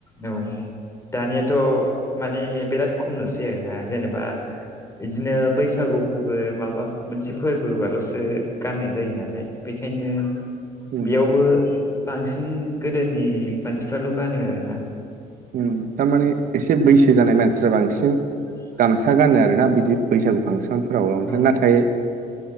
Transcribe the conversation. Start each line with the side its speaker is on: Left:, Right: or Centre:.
Left: औ दानियाथ' माने बिराद खम नुसै आरोना जेनेबा बिदिनो बैसागु फोरबो माबा मोनसे फोरबोबाल'सो गाननाय जायो नालाय बेखायनो
Right: उम
Left: बेयावबो बांसिन गोदोनि मानसिफ्राल' गानो आरोना
Right: ओम थारमाने एसे बैसो जानाय मानसिफ्रा बांसिन
Left: <inaudible>
Right: गामसा गानो आरोना बिदि बैसागु फांसनफोरावल' ओमफ्राय
Left: औ
Right: नाथाय